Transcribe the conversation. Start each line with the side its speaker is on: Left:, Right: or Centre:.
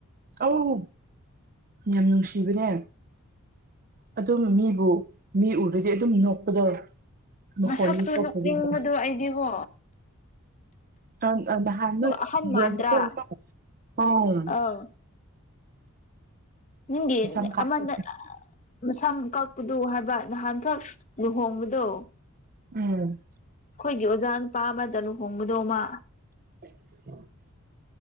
Right: ꯑꯧ ꯌꯥꯝ ꯅꯨꯡꯁꯤꯕꯅꯦ ꯑꯗꯨꯝ ꯃꯤꯕꯨ ꯃꯤ ꯎꯔꯗꯤ ꯑꯗꯨꯝ ꯅꯣꯛꯄꯗꯣ ꯃꯈꯣꯟꯅꯤ
Left: ꯃꯁꯛꯇꯨ
Right: ꯊꯣꯛꯄꯒꯤꯅꯦ
Left: ꯅꯣꯛꯅꯤꯡꯕꯗꯨ ꯑꯩꯗꯤ ꯀꯣ
Right: ꯑꯥ ꯅꯍꯥꯟ ꯅꯣꯏ
Left: ꯑꯍꯟ
Right: ꯕꯦꯁ
Left: ꯃꯥꯟꯗ꯭ꯔꯥ
Right: <unintelligible> ꯄꯥꯎ ꯎꯝ
Left: ꯑꯧ ꯅꯪꯒꯤ
Right: ꯁꯝ ꯀꯥꯞꯄ
Left: ꯑꯃꯗ ꯑꯥ ꯃꯁꯝ ꯀꯛꯄꯗꯨ ꯍꯥꯏꯕ ꯅꯍꯥꯟꯈꯛ ꯂꯨꯍꯣꯡꯕꯗꯣ
Right: ꯎꯝ
Left: ꯑꯩꯈꯣꯏꯒꯤ ꯑꯣꯖꯥ ꯅꯨꯄꯥ ꯑꯃꯗ ꯂꯨꯍꯣꯡꯕꯗꯣ ꯃꯥ
Right: <inaudible>